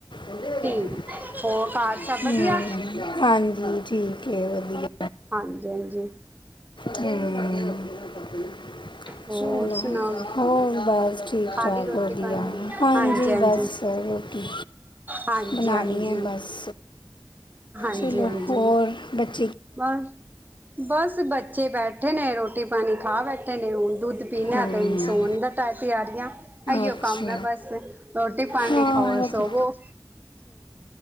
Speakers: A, on the left; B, on the right.
A: <unintelligible>
B: ਠੀਕ ਹੋਰ ਘਰ ਸਭ
A: ਹ
B: ਵਧੀਆ
A: ਹਾਂਜੀ ਠੀਕ ਵਧੀਆ
B: ਹਾਂਜੀ ਹਾਂਜੀ
A: ਕਿੇਮ <unintelligible>
B: ਹੋਰ
A: ਚਲੋ
B: ਸੁਣਾਓ
A: ਹੋਰ ਬਸ ਠੀਕ
B: ਖਾ
A: ਠਾਕ
B: ਲਈ ਰੋਟੀ
A: ਵਧੀਆ
B: ਪਾਣੀ
A: ਹਾਂਜੀ ਬਸ
B: ਹਾਂਜੀ
A: ਰੋਟੀ
B: ਹਾਂਜੀ
A: ਬਣਾਉਣੀ
B: ਹਾਂਜੀ
A: ਹੈ ਬਸ
B: ਹਾਂਜੀ
A: ਚਲੋ
B: ਹਾਂਜੀ
A: ਹੋਰ ਬਚੇ
B: ਬਸ ਬਸ ਬੱਚੇ ਬੈਠੇ ਨੇ ਰੋਟੀ ਪਾਣੀ ਖਾ ਬੈਠੇ ਨੇ ਹੁਣ ਦੁੱਧ ਪੀਣਾ
A: ਹਮ,
B: ਤੇ ਸੌਣ ਦਾ ਟ ਤਿਆਰੀਆਂ ਆਈਓ
A: ਅੱਛਾ
B: ਕੰਮ ਹੈ ਬਸ ਰੋਟੀ ਪਾਣੀ
A: ਹਾਂ
B: ਖਾਓ
A: ਵਧੀਆ
B: ਸੋਵੋਂ